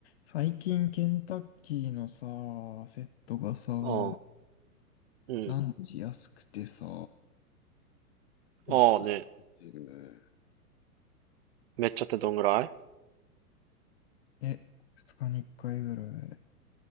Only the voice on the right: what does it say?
ああ、うん。
ああね。めっちゃってどんぐらい